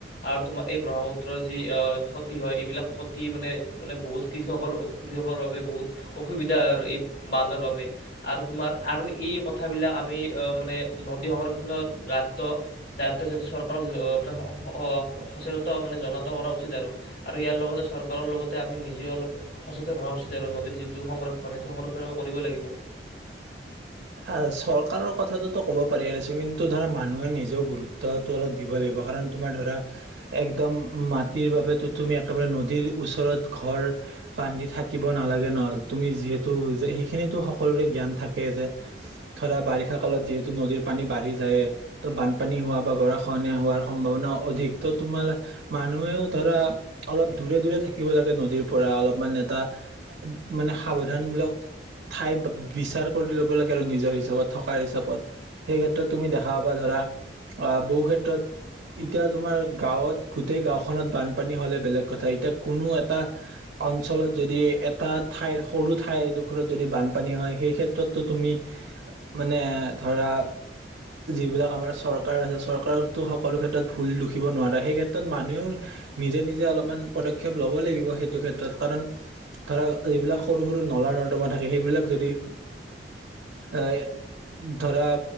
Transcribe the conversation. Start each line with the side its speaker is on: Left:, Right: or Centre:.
Left: আৰু তোমাক এই ব্ৰহ্মপুত্ৰৰ যি অ ক্ষতি হয় এইবিলাক ক্ষতি মানে - মানে বহুত কৃষকৰ - কৃষকৰ বাবে বহুত অসুবিধা আৰু এই বানৰ বাবে আৰু তোমাৰ আৰু এই কথাবিলাক আমি অ মানে নদী সংৰক্ষণৰ দায়িত্ব - দায়িত্ব যিহেতু চৰকাৰক জ - অ - মানে স - সচেতন মানে জনাত কৰা উচিত আৰু আৰু ইয়াৰ লগতে চৰকাৰৰ লগতে আমি নিজেও অলপ সচেতন হোৱা উচিত আৰু নদীৰ যিটো সংৰক্ষণ সেইটো সংৰক্ষণ আমি কৰিব লাগিব।
Right: আ চৰকাৰৰ কথাটোতো ক'ব পাৰি চোন কিন্তু ধৰা মানুহে নিজেও গুৰুত্বটো অলপ দিব লাগিব কাৰণ তোমাৰ ধৰা একদম মাটিৰ বাবেতো তুমি একেবাৰে নদীৰ ওচৰত ঘৰ বান্ধি থাকিব নালাগে ন' তুমি যিহেতু যে সেইখিনিতো সকলোৰে জ্ঞান থাকে যে ধৰা বাৰিষা কালত যিহেতু নদীৰ পানী বাঢ়ি জায়ে ত' বানপানী হোৱা বা গৰা খহনিয়া হোৱাৰ সম্ভাৱনাও অধিক ত' তোমাল মানুহেও ধৰা অলপ দূৰে দূৰে থাকিব লাগে নদীৰ পৰা অলপমান এটা মানে সাৱধানমূলক ঠাই বিচাৰ কৰি ল'ব লাগে আৰু নিজৰ হিচাপত থকা হিচাপত সেই ক্ষেত্ৰত তুমি দেখা পাবা ধৰা অ বহু ক্ষেত্ৰত এতিয়া তোমাৰ গাঁৱত গোটেই গাঁওখনত বানপানী হ'লে বেলেগ কথা এতিয়া কোনো এটা অঞ্চলত যদি এটা ঠাইৰ সৰু ঠাইডোখৰত যদি বানপানী হয় সেই ক্ষেত্ৰতটো তুমি মানে ধৰা যিবিলাক আমাৰ চৰকাৰ আছে চৰকাৰকো সকলো ক্ষেত্ৰত ভুল দুখিব নোৱাৰে সেই ক্ষেত্ৰত মানুহেও নিজে নিজে অলপমান পদক্ষেপ লব লাগিব সেইটো ক্ষেত্ৰত কাৰণ ধৰা যিবিলাক সৰু সৰু নলা নৰ্দমা থাকে সেইবিলাক যদি এ ধৰা